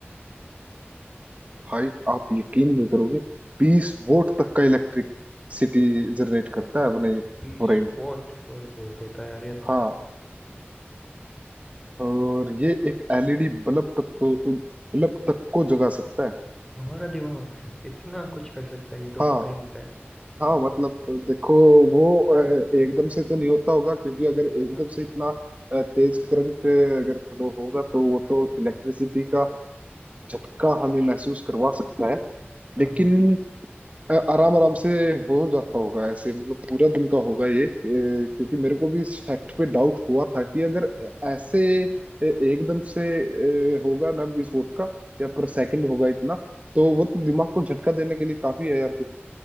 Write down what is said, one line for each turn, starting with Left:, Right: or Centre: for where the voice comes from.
Right: भाई आप यकीन नहीं करोगे बीस वोल्ट तक का इलेक्ट्रिसिटी जनरेट करता है अपने
Centre: पीस
Right: ब्रेन
Centre: वॉट और बहुत होता है यार ये तो
Right: हाँ और
Centre: ये तो
Right: ये एक एलईडी बल्ब तक तो बल्ब तक को जगा सकता है
Centre: हमारा दिमाग इतना कुछ कर सकता है ये तो
Right: हाँ
Centre: पता ही नहीं था यार।
Right: हाँ मतलब देखो वो अ, एकदम से तो नहीं होता होगा क्योंकि अगर एकदम
Centre: हाँ
Right: से इतना अ, तेज करंट अगर फ्लो होगा तो वो तो इलेक्ट्रिसिटी का झटका हमें महसूस करवा सकता है
Centre: हाँ
Right: लेकिन
Centre: हाँ
Right: आराम आराम से हो जाता होगा ऐसे मतलब पूरा दिन का होगा ये अ, क्योंकि मेरे को भी इस फैक्ट पे डाउट हुआ था कि अगर ऐ- ऐसे अ, एकदम से अ, होगा ना विस्फोट का या पर सेकंड होगा इतना तो वो तो दिमाग को झटका देने के लिए काफी है यार फिर